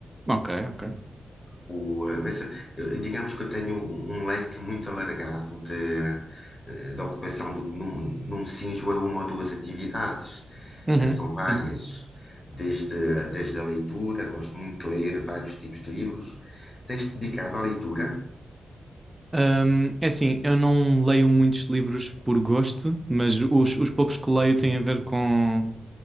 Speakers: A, on the right (about 20°); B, on the left (about 20°).
A: Ok, ok.
B: O, eh, mas eh, digamos que eu tenho um um leque muito alargado de, eh, de ocupação do, num, num Sinjo é uma ou duas atividades,
A: Uhum.
B: eh, são várias.
A: uhum.
B: Desde, desde a leitura, gosto muito de ler vários tipos de livros. Tens-te dedicado à leitura?
A: Hum, é assim, eu não leio muitos livros por gosto, mas os, os poucos que leio têm a ver com,